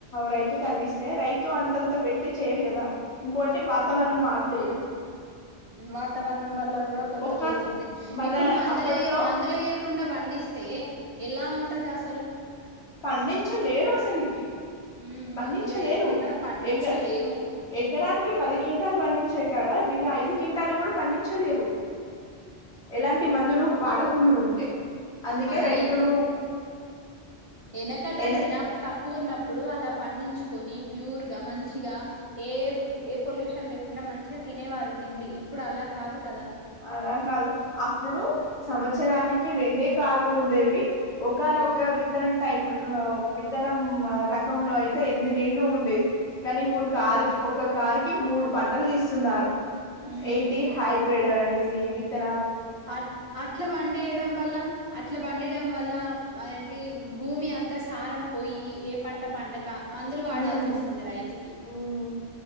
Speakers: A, on the left; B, on the right.
A: రైతుకు అందిస్తే రైతు అంతంతా పెట్టి చేయడు కదా ఇంకోటి వాతావరణ
B: అవును
A: మార్పులు
B: చె్యడు వాతావరణం వల్ల కూడా కొంత
A: ఒక
B: పోతుంది
A: మన
B: ఇప్పుడు మందులుయ
A: అప్పట్లో
B: మందులు వయ్యకుండా పండిస్తే ఎలా ఉంటది అసలు
A: పండించలేరు అసలుకి
B: ఉమ్
A: పండించలేరు
B: మందులేయకుండా పండించలేము
A: ఎక ఎగరానికి పది క్వింటాలు పండించే కాడ వీళ్ళ ఐదు క్వింటాలు కూడా పండించలేరు ఎలాంటి మందులు వాడకుండా ఉ అ అందుకే
B: అది
A: రైతులు
B: వెనకట
A: ఎన
B: జనాభా తక్కువ ఉన్నప్పుడు అప్పుడు అలా పండించుకొని ప్యూర్ గా మంచిగా ఏ ఏ పొల్యూషన్ లేకుండ మంచిగా తినే వారు తిండి ఇప్పుడు అలా కాదు గా
A: అలా కాదు అప్పుడు సంవత్సరానికి రెండే కార్లు ఉండేవి ఒకాన
B: ఉమ్
A: ఒకా విత్తనం టైప్ విత్తనం రకంలో అయితే ఎనిమిది నెల్లు ఉండేవి కానీ ఇప్పుడు కార్
B: ఉమ్
A: ఒక కార్ మూడు పంటలు తీస్తున్నారు
B: ఉమ్
A: ఏంటి హైబ్రిడ్ సి విత్త
B: అట్ అట్ల పండియడం వల్ల అట్లా పండిడం వల్ల మదేంటి భూమి అంతా సారం పోయి ఏ పంట పండగ మందులు వాడాల్సి
A: ఉమ్
B: వస్తుంది రైతుకి
A: ఉమ్